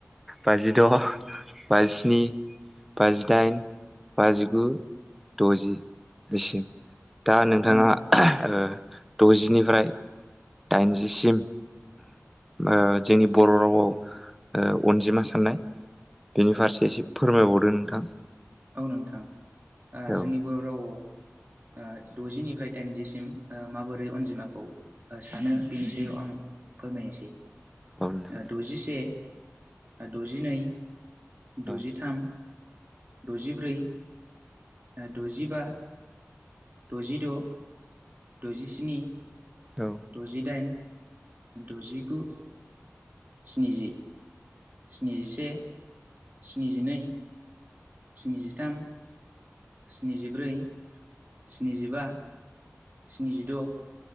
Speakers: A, in the centre; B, on the right.
A: बाजिद' बाजिस्नि बाजिदाइन बाजिगु द'जि बिसि दा नोंथाङा
B: औ नोंथां
A: ओ द'जिनि फ्राय दाइनजिसिम ओ जोंनि बर' रावआव ओ अनजिमा साननाय बेनि फारसे एसे फोरमायबावदो नोंथां
B: औ नोंथां ओ
A: औ
B: जोंनि बर' रावआव ओ द'जिनिफ्राय दाइनजिसिम ओ माबोरै अनजिमाखौ ओ सानो बिनि सायाव आं फोरमायनोसै
A: औ नोंथां
B: ओ द'जिसे ओ द'जिनै द'जिथाम
A: औ
B: द'जिब्रै ओ द'जिबा द'जिद' द'जिस्नि
A: औ
B: द'जिदाइन द'जिगु स्निजि स्निजिसे स्निजिनै स्निजिथाम स्निजिब्रै स्निजिबा स्निजिद'